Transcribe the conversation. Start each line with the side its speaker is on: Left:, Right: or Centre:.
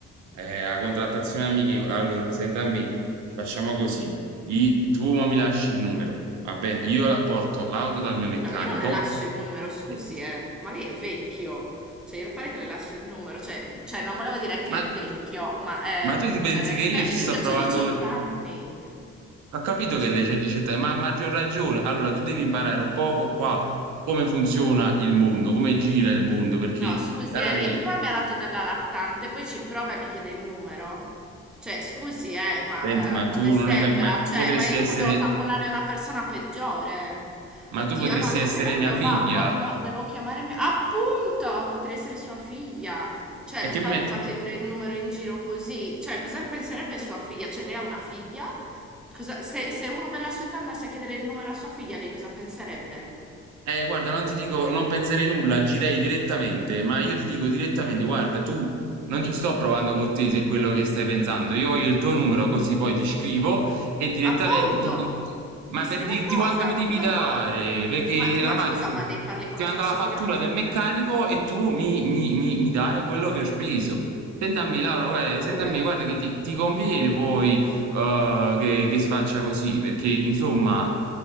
Right: Eh, la contrattazione amichevole. Allora, senta a me, facciamo così. I- tu mo mi lasci il numero. Vabbè, io la- porto l'auto dal mio meccanico.
Centre: No, io non le lascio il numero, scusi,
Right: Eh,
Centre: eh, ma lei è vecchio. Cioè, io pare che le lascio il numero, cioè, cioè, non volevo dire che
Right: Ma,
Centre: è vecchio, ma
Right: ma tu
Centre: eh,
Right: ti pensi
Centre: cioè, nel
Right: che
Centre: senso,
Right: io ci sto
Centre: io
Right: provando
Centre: ho 18
Right: con...
Centre: anni.
Right: Ho capito
Centre: Cioè,
Right: che lei c'ha 18 anni, ma ha maggior ragione. Allora, tu devi imparare un poco qua come funziona il mondo, come gira il mondo, perché,
Centre: No, scusi,
Right: cara
Centre: eh,
Right: mia,
Centre: lei prima mi ha dato della lattante, poi ci prova e mi chiede il numero. Cioè, scusi, eh, ma,
Right: senti, ma
Centre: eh, ma
Right: tu
Centre: le sembra?
Right: non hai capito, ma tu
Centre: Cioè,
Right: potresti
Centre: ma io non
Right: essere,
Centre: potevo tamponare una persona peggiore.
Right: ma
Centre: Oddio,
Right: tu potresti
Centre: no, devo
Right: essere
Centre: chiamare
Right: mia
Centre: il mio
Right: figlia.
Centre: babbo. No, devo chiamare il mio... Appunto! Potrei essere sua figlia. Cioè,
Right: E
Centre: le
Right: che
Centre: pare
Right: mi metti?
Centre: che va a chiedere il numero in giro così? Cioè, cosa ne penserebbe sua figlia? Cioè, lei ha una figlia? Cosa- Se, se uno della sua età andasse a chiedere il numero a sua figlia, lei cosa penserebbe?
Right: Eh, guarda, non ti dico, non penserei nulla, agirei direttamente, ma io ti dico direttamente, guarda, tu non ci sto provando con te se è quello che stai pensando, io voglio il tuo numero così poi ti scrivo e direttamente
Centre: Appunto!
Right: ti dico, ma
Centre: Mi
Right: per
Centre: scrive
Right: dirti
Centre: cosa?
Right: quanto mi devi
Centre: Ma cosa
Right: dare,
Centre: vuole?
Right: perché
Centre: Ma,
Right: la
Centre: ma
Right: macchina
Centre: scusa, ma ne parli con
Right: ti
Centre: la
Right: manda
Centre: sua assicurazione,
Right: la fattura del meccanico
Centre: no?
Right: e tu mi, mi- mi- mi dai quello che ho speso. Sentami Laura, guarda,
Centre: Ma pure.
Right: sentami, guarda che ti, ti conviene poi eh, che, che si faccia così, perché insomma